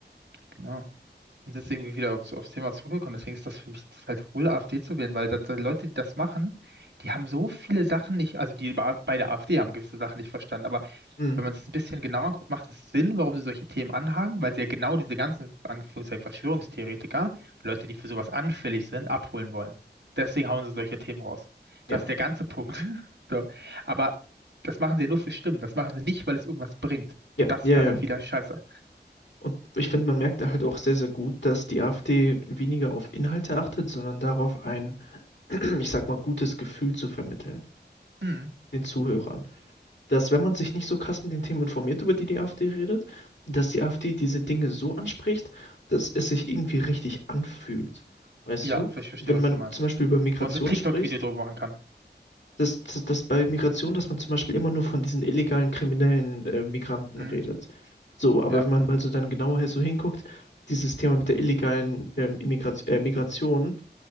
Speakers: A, on the right; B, on the left.
A: Genau. Und deswegen bin ich wieder aufs, aufs Thema zurückgekommen. Deswegen ist das für mich halt wohl, AfD zu wählen, weil da, da Leute, die das machen, die haben so viele Sachen nicht, also die bei bei der AfD haben gewisse Sachen nicht verstanden, aber
B: Hm,
A: wenn man es ein bisschen genauer guckt, macht es Sinn, warum sie solche Themen anhaken, weil sie ja genau diese ganzen, Anführungszeichen, Verschwörungstheoretiker, Leute, die für sowas anfällig sind, abholen wollen. Deswegen hauen sie solche Themen raus. Das
B: ja,
A: ist der ganze Punkt. <laughs> So. Aber das machen sie ja nur für Stimmen. Das machen sie nicht, weil es irgendwas bringt.
B: ja,
A: Und das
B: ja,
A: ist dann
B: ja.
A: halt wieder scheiße.
B: Und ich finde, man merkt da halt auch sehr, sehr gut, dass die AfD weniger auf Inhalte achtet, sondern darauf ein, <clears throat> ich sag mal, gutes Gefühl zu vermitteln,
A: Hm.
B: den Zuhörern. dass wenn man sich nicht so krass mit den Themen informiert, über die die AfD redet, dass die AfD diese Dinge so anspricht, dass es sich irgendwie richtig anfühlt. Weißt
A: Ja,
B: du,
A: ich verstehe,
B: wenn
A: was
B: man
A: du meinst.
B: zum Beispiel über Migration
A: Wo man so ein TikTok-Video
B: spricht,
A: drüber machen kann.
B: dass, dass, dass bei Migration, dass man zum Beispiel immer nur von diesen illegalen kriminellen äh, Migranten
A: Hm.
B: redet. So, aber
A: Ja.
B: wenn man mal so dann genauer so hinguckt, dieses Thema mit der illegalen ähm, Immigrat- äh, Migration